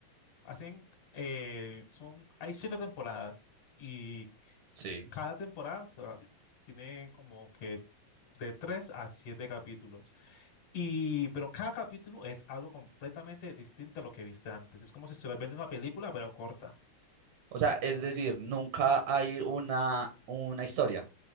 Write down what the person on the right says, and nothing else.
Sí.
O sea, es decir, nunca hay una, una historia,